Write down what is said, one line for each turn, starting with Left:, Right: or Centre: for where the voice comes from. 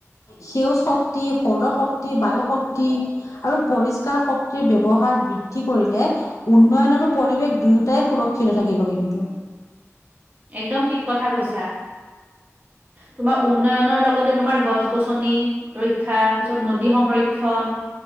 Left: সেউজ শক্তি, সৌৰ শক্তি, বায়ু শক্তি। আৰু পৰিস্কাৰ শক্তিৰ ব্যৱহাৰ বৃদ্ধি কৰিলে। উন্নয়ন আৰু পৰিৱেশৰ দুয়োটাই সুৰক্ষিত থাকিব কিন্তু।
Right: একদম ঠিক কথা কৈছা। তোমাৰ উন্নয়নৰ লগতে তোমাৰ গছ-গছনি। ৰক্ষা, পিছত নদীৰ সংৰক্ষণ।